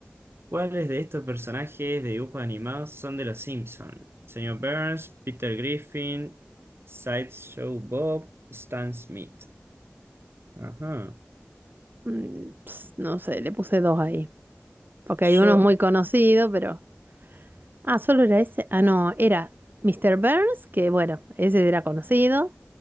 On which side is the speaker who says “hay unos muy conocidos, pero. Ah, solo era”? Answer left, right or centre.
Right